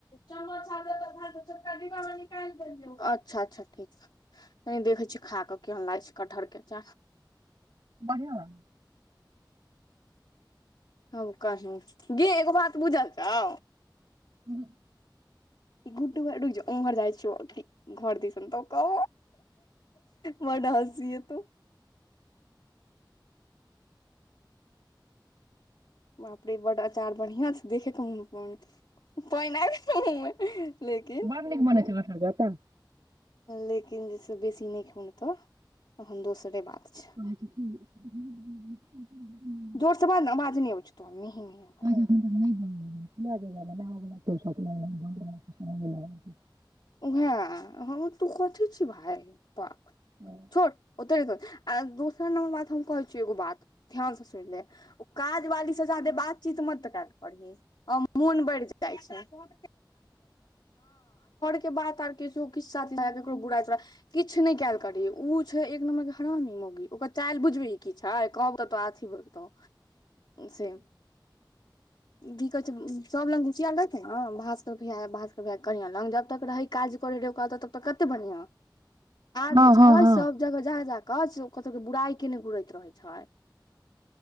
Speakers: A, on the left; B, on the right.
A: समोसा दे छोटका डिब्बा में अच्छा अच्छा ठीक कनि देखै छी खा कऽ केन लागै छै कटहर के अचार
B: बढ़िआ ल
A: हम कही गे एगो बात बुझल छौ
B: हू।
A: खुटू वैर रूक जो उम्हर जाय छियो घर दिस तकौ बड हस्सीआतौ बाप रे बड अचार बढ़ियां छै देख पानि आबि गेल मुँह मे लेकिन
B: मने चला जाइत छी तऽ?
A: लेकिन जे छै, बेसी नीक होइत तऽ तखन दोसरे बात छै।
B: भ
A: जोर से बाद ने आवाज नहि हो छै तो नहि आ ज
B: <unintelligible>
A: हँ हम तऽ कथी छी भइ पाक
B: ह <inaudible>
A: ओत आ दोसर नम्बर बाद हम कहै छिय एगो बात ध्यान से सुन ले ओ काज वाली से जादे बातचीत मत तऽ क करी मोन बढ़ जाइ छै ह घर के बात आर के किछु साथ ल केकरो बुराइ तुराइ किछु नहि कयल करी ओ छै एक नम्बर के हरामी मौगी ओकर चालल बुझबै किछ छै कहब तऽ तो आथी बताउ से की कहै छै सब लंग घुसियाएल रहैछै न घास भात भ कढ़िया लग जब तक रहै काज करै रहय ओ तब तक कते बढ़िआं आब
B: हँ
A: जे
B: हँ
A: छै
B: हँ
A: सभ जगह जाह जा क से कत के बुराइ केने घुुरैत रहे छै